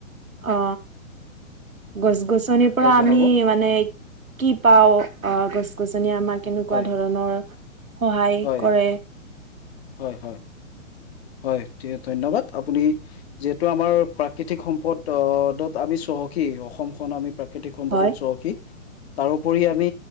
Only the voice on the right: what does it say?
অ'! গছ-গছনিৰ পৰা
আমি মানে, কি পাওঁ, আঁ গছ-গছনি আমাক কেনেকুৱা
ধৰণৰ, সহায়
কৰে।
হয়